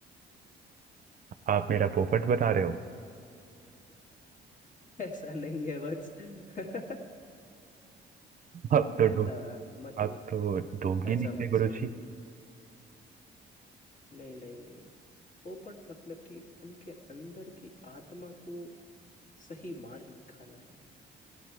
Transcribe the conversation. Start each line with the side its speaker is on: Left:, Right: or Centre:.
Right: आप मेरा पोपट बना रहे हो <laughs>
Left: <laughs> ऐसा नहीं है वत्स <laughs>
Right: आप तो
Left: ऐसा
Right: डो
Left: मत
Right: आप तो ढोंगी
Left: ऐसा
Right: निकले
Left: मत
Right: गुरुजी
Left: समझो नहीं नहीं नहीं पोपट मतलब कि उनके अंदर की आत्मा को सही मार्ग दिखाना है